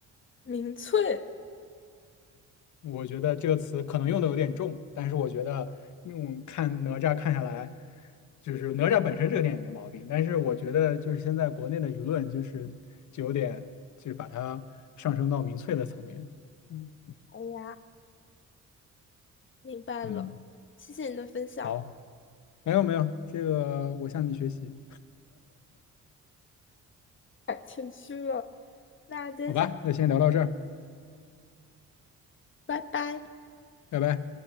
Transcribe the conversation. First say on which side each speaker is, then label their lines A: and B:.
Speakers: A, on the left (about 40°); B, on the left (about 70°).
A: 民翠，
B: 我觉得这个词可能用的有点重，但是我觉得用看哪吒看下来，就是哪吒本身这个电影没毛病，但是我觉得就是现在国内的舆论就是就有点就是把它上升到民粹的层面。嗯，
A: 哎呀，明白了，
B: 嗯，
A: 谢谢你的分享，
B: 好，没有没有，这个我向你学习，
A: 太谦虚了。那接下来，
B: 好吧，那先聊到这儿，
A: 拜拜。
B: 拜拜。